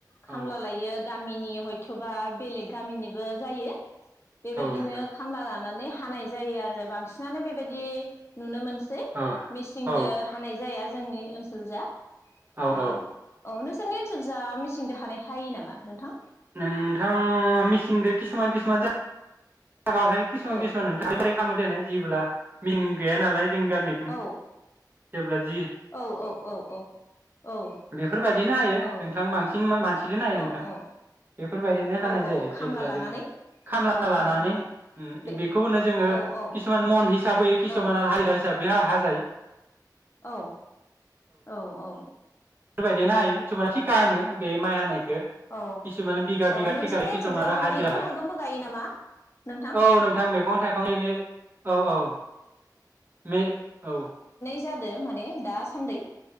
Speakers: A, on the left; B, on the right.
A: खामला
B: औ
A: लायो गामिनि हयथ'बा बेलेग गामिनिबो जायो बेबायदिनो
B: नोंथां
A: खामला लानानै हानाय जायो आरो बांसिनानो बेबायदि नुनो मोन सै
B: औ
A: मिसिंदो
B: औ
A: हानाय जाया जोंनि ओनसोल जा
B: औ
A: ओ
B: औ
A: औ नोंसोरनि ओनसोल जा मिसिं दो हानाय हायो नामा नोंथां
B: नोंथां मिसिंदो किसुमान किसुमान जागावहाय किसुन
A: औ
B: किसुमान नोंथांनिफ्राइ <unintelligible> दोननो जेब्ला मिं गैया नालाय जों गामिथिं
A: औ
B: जेब्ला जि
A: औ औ औ
B: बेफोरबायदिनो हायो
A: औ
B: नोंथां बांसिन मानसिजोंनो हायो नोंथां
A: औ औ
B: बेफोरबायदिनो हानाय
A: औ औ
B: जायो
A: खामला
B: जेब्ला
A: लानानै
B: जों खामला
A: औ
B: लानानै
A: औ औ बे
B: बेखौनो जोङो
A: औ औ
B: किसुमान मन हिसाबै किसुमान
A: औ
B: हाजिरा हिसा हिसाबै हा-हाजायो
A: औ औ औ
B: बेबायदिनो हायो खिसुमान थिखा होनो बे माइ हानायखो
A: औ औ
B: किसुमान बिगा
A: अ
B: बिगा
A: नोंसोरनि
B: थिखा किसुमान
A: ओनसोलजा
B: आरो हाजिरा
A: मैगं
B: हो
A: थाइगंबो गायो नामा नोंथां
B: औ नोंथां मैगं थाइगंनो औ औ मे औ
A: जादों माने दासान्दै